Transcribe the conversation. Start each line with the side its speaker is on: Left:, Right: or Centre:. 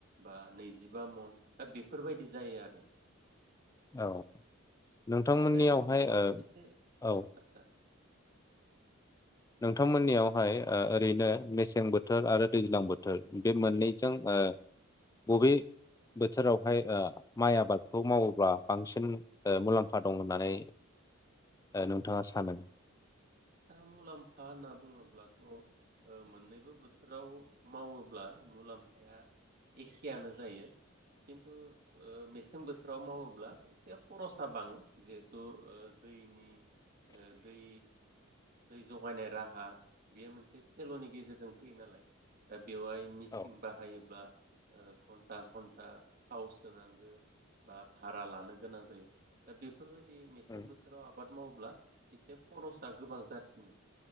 Right: बा नैजिबा मन दा बेफोरबायदि जायो आरो
Left: औ नोंथां
Right: नाथाय
Left: मोननियावहाय
Right: मोनसे
Left: ओ
Right: एसे
Left: औ
Right: आदसा
Left: नोंथां मोननियावहाय ओ ओरैनो मेसें बोथोर आरो दैज्लां बोथोर बे मोननैजों ओ बबे बोथोरावहाय ओ माइ आबादखौ मावोब्ला बांसिन ओ मुलाम्फा दं होननानै ओ नोंथाङा सानो
Right: दा मुलाम्फा होनना बुङोब्लाथ' ओ मोननैबो बोथोराव मावोब्ला मुलाम्फाया एखेयानो जायो खिन्थु ओ मेसें बोथोराव मावोब्ला एसे खरसा बाङो जिहेथु दैनि ओ दै दै जगायनाय राहा बेयो मोनसे सेलनि गेजेरजों फैयो नालाय दा बेवहाय मिसिं
Left: औ
Right: बाहायो बा‌ ओ घन्टा घन्टा थाव सोनांगो बा भारा लानो गोनां जायो। दा बे बेफोरबायदि मेसें
Left: उम
Right: बोथोराव आबाद मावोब्ला एसे खरस आ गोबां जासिनो।